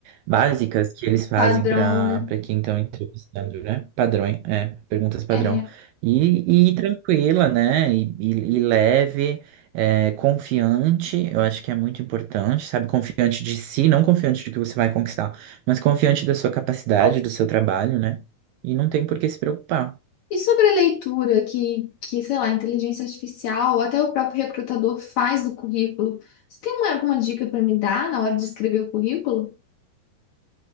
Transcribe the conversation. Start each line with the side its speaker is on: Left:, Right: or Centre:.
Right: básicas que eles fazem
Left: padrão,
Right: para
Left: né?
Right: para quem estão entrevistando, né? Padrões, é, perguntas padrão.
Left: É.
Right: E, e tranquila, né? E, e, e leve, é, confiante, eu acho que é muito importante, sabe? Confiante de si, não confiante do que você vai conquistar, mas confiante da sua capacidade, do seu trabalho, né? E não tem por que se preocupar.
Left: E sobre a leitura que, que, sei lá, inteligência artificial ou até o próprio recrutador faz do currículo, você tem uma, alguma dica para me dar na hora de escrever o currículo?